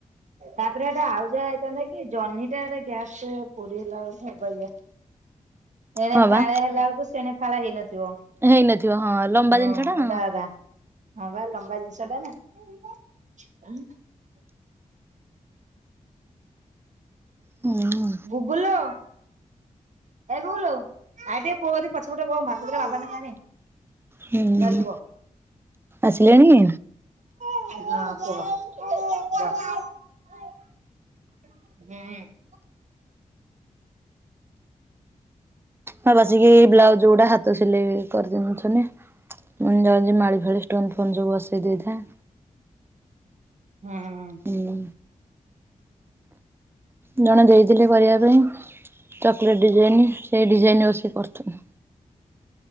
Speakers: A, on the right; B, on the right.
A: ତାପରେ ସେଟା ଆଉ ଯାହା ହେଇଥାନ୍ତା କି ଜହ୍ନିଟା ଏଟା ଗ୍ୟାସ ପୋଡି ହେଲା ବେଳକୁ ହେବ ଆା ଏଣେ
B: ହଁ
A: ଫାଳା
B: ବା
A: ହେଲା ବେଳକୁ ସେଣେ ଫାଳ ହେଇନଥିବ
B: ହେଇନଥିବ ହଁ ଲମ୍ବା
A: ହଁ
B: ଜିନିଷ ଟା
A: ଅଧା ଅଧା ହଁ ବା ଲମ୍ବା ଜିନିଷ ଟା ନା
B: ହୁଁ
A: ଗୁଗଲୋ ଏ ଗୁଗୁଲୁ ଆ ଟିକେ ପୁଅ କତିକି ପଛପଟେ ବ ମା ଭାତ ଦିଟା ବାବା ଲାଗି ଆଣେ।
B: ହୁଁ,
A: ଧରିକି ବ।
B: ଆସିଲାଣି?
A: ହଁ, କୁହ, କୁହ। ହୁଁ।
B: ବାଁ ବସିକି ଏଇ ବ୍ଲାଉଜ୍ ଗୁଡ଼ା ହା ହାତ ସିଲେଇ କରିଦିଉଛୁନି ମୁଁ ଯାଉଛି ଜିମି ମାଳି ଫାଳି ଷ୍ଟୋନ୍ ଫୋନ୍ ସବୁ ବସେଇ ଦେଇଥାଏଁ।
A: ହଁ
B: ହୁଁ। ଜଣେ ଦେଇଥିଲେ କରିବା ପାଇଁ ଚକୋଲେଟ୍ ଡିଜାଇନ, ସେଇ ଡିଜାଇନ ବସି କରୁଥିଲି।